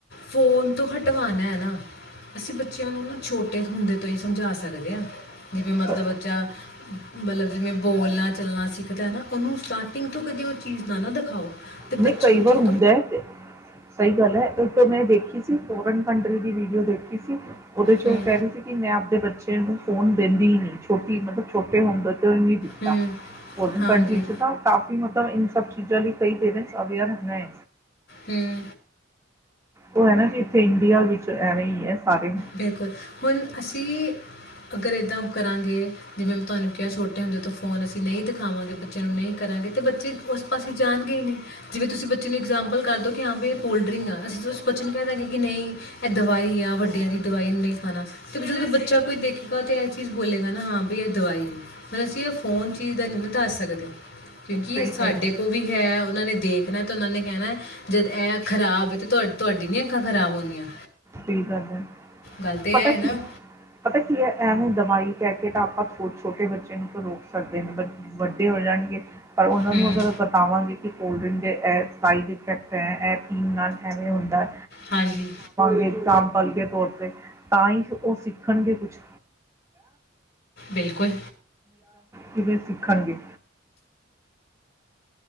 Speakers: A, on the left (about 55°); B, on the right (about 15°).
A: ਫੋਨ ਤੋਂ ਹਟਵਾਉਣਾ ਹੈ ਨਾ ਅਸੀਂ ਬੱਚਿਆਂ ਨੂੰ ਨਾ ਛੋਟੇ ਹੁੰਦੇ ਤੋਂ ਹੀ ਸਮਝਾ ਸਕਦੇ ਹਾਂ। ਜਿਵੇਂ ਮਤਲਬ
B: ਪਰ
A: ਬੱਚਾ ਮਤਲਬ ਜਿਵੇਂ ਬੋਲਨਾ ਚੱਲਨਾ ਸਿੱਖਦਾ ਹੈ ਨਾ ਉਹਨੂੰ ਸਟਾਰਟਿੰਗ ਤੋਂ ਕਦੇ ਉਹ ਚੀਜ ਨਾ ਨਾ ਦਿਖਾਓ। ਤੇ ਬੱਚੇ
B: ਨਹੀਂ ਕਈ
A: ਉਹ
B: ਵਾਰ
A: ਚੀਜ
B: ਹੁੰਦਾ ਐ ਹੁਹ ਸਹੀ ਗੱਲ ਹੈ ਇਕ ਤੇ ਮੈਂ ਦੇ ਖੀ ਸੀ ਫੋਰਨ ਕੰਟਰੀ ਦੀ ਵੀਡੀਓ ਦੇਖੀ ਸੀ ਉਹਦੇ ਚ
A: ਹੂੰ
B: ਉਹ ਕਹਿ ਰਹੀ ਸੀ ਕਿ ਮੈਂ ਆਪਦੇ ਬੱਚੇ ਨੂੰ ਫੋਨ ਦਿੰਦੀ ਹੀ ਨੀਂ ਛੋਟੀ ਮਤਲਬ ਛੋਟੇ ਹੁੰਦੇ ਤੋਂ ਹੀ ਨੀਂ ਦਿੱਤਾ
A: ਹੂੰ,
B: ਫੋਰੇਨ
A: ਹਾਂਜੀ,
B: ਕੰਟਰਰੀ ਚ ਤਾਂ ਕਾਫੀ ਮਤ ਤਾ ਇਨ ਸਭ ਚੀਜਾਂ ਲਈ ਕਈ ਪੇਰੇਂਟ <unintelligible> ਮੈਂ
A: ਹਮ
B: ਉਹ ਹੈ ਨਾ ਜੀ ਇੱਥੇ ਇੰਡੀਆ ਵਿੱਚ ਐਵੇਂ ਈਂ ਹੈ। ਸਾਰੇ
A: ਬਿਲਕੁਲ ਹੁਣ ਅਸੀਂ ਅਗਰ ਇੱਦਾਂ ਅਬ ਕਰਾਂਗੇ ਜਿਵੇਂ ਮੈਂ ਤੁਹਾਨੂੰ ਕਿਹਾ ਛੋਟੇ ਹੁੰਦੇ ਤੋ ਫ਼ੋਨ ਅਸੀਂ ਨਹੀਂ ਦਿਖਾਵਾਂਗੇ ਬੱਚਿਆਂ ਨੂੰ ਨਹੀਂ ਕਰਾਂਗੇ ਤੇ ਬੱਚੇ ਉਸ ਪਾਸੇ ਜਾਣਗੇ ਹੀ ਨਹੀਂ ਜਿਵੇਂ ਤੁਸੀਂ ਬੱਚੇ ਨੂੰ ਇਗਜ਼ੈਮਪਲ ਕਰ ਦਿਉ ਕਿ ਹਾਂ ਵੀ ਇਹ ਕੋਲਡ ਡਰਿੰਕ ਆ ਅਸੀਂ ਤੇ ਉਸ ਬੱਚੇ ਨੂੰ ਕਹਿ ਦਿਆਂਗੇ ਕਿ ਨਹੀਂ ਇਹ ਦਵਾਈ ਆ ਵੱਡਿਆਂ ਦੀ। ਦਵਾਈ ਨੂੰ ਨਹੀਂ ਖਾਨਾ ਤੇ ਜਦੋਂ ਬੱਚਾ ਕੋਈ ਦੇਖੇਗਾ ਤੇ ਇਹ ਚੀਜ਼ ਬੋਲੇਗਾ ਨਾ ਹਾਂ ਬਈ ਇਹ ਦਵਾਈ ਹੈ ਪਰ ਅਸੀਂ ਇਹ ਫ਼ੋਨ ਚੀਜ ਦਾ ਨੀ ਨਾ ਦੱਸ ਸਕਦੇ। ਕਿਉਂਕਿ
B: ਸਹੀ
A: ਇਹ ਸਾਡੇ
B: ਗੱਲ
A: ਕੋਲ ਵੀ ਹੈ ਔ ਉਹਨਾਂ ਨੇ ਦੇਖਣਾ ਤੇ ਉਹਨਾਂ ਨੇ ਕਹਿਣਾ ਜਦ ਇਹ ਖ਼ਰਾਬ ਹੈ ਤੇ ਤੁਹਾ ਤੁਹਾਡੀ ਨੀ ਅੱਖਾਂ ਖ਼ਰਾਬ ਹੋਣੀਆਂ
B: ਕੀ ਕਰਦਾ
A: ਗੱਲ ਤਾਂ ਇਹ
B: ਪਤਾ
A: ਹੈ ਨਾ
B: ਕੀ ਪਤਾ ਕੀ ਹੈ ਐਵੇ ਦਵਾਈ ਕਹਿ ਕੇ ਤਾਂ ਆਪਾਂ ਛੋਟੇ ਬੱਚੇ ਨੂੰ ਤਾਂ ਰੋਕ ਸਕਦੇ ਨੇ ਵੱਡੇ ਹੋ ਜਾਣਗੇ ਪਰ ਉਹਨਾਂ
A: ਹੂੰ,
B: ਨੂੰ ਅਗਰ ਬਤਾਵਾਂਗੇ ਕਿ ਕੋਲਡਰਿੰਕ ਦੇ ਇਹ ਸਾਈਡ ਇਫੈਕਟ ਹੈ ਇਹ ਪੀਣ ਨਾਲ ਐਵੇਂ ਹੁੰਦਾ
A: ਹਾਂਜੀ
B: ਕੰਮ ਕਰਏ ਤੋ ਤੇ ਤਾਂ ਹੀ ਉਹ ਸਿੱਖਣਗੇ ਕੁਛ
A: ਬਿਲਕੁਲ
B: ਕਿਤੇ ਸਿੱਖਣਗੇ